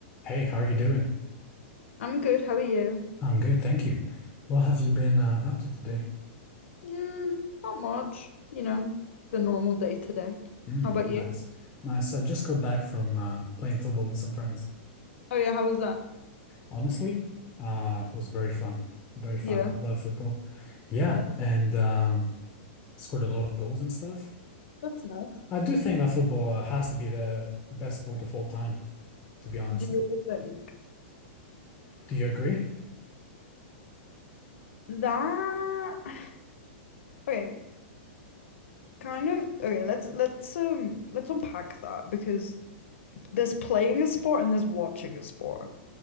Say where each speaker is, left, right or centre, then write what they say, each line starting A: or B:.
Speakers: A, on the left; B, on the left.
A: Hey, how are you doing?
B: I'm good. How are you?
A: I'm good, thank you. What have you been uh, up to today?
B: Mm, not much, you know, the normal day today.
A: Mm,
B: How about
A: nice,
B: you?
A: nice. I just got back from uh, playing football with some friends.
B: Oh yeah, how was that?
A: Honestly, uh, it was very fun, very fun.
B: Yeah.
A: I love football. Yeah,
B: Yeah,
A: and um, scored a lot of goals and stuff.
B: that's nice.
A: I do think that football uh, has to be the best sport of all time, to be honest.
B: Do you really think
A: Do you agree?
B: that? <sighs> Okay, kind of. Okay, let's let's um let's unpack that because there's playing a sport and there's watching a sport,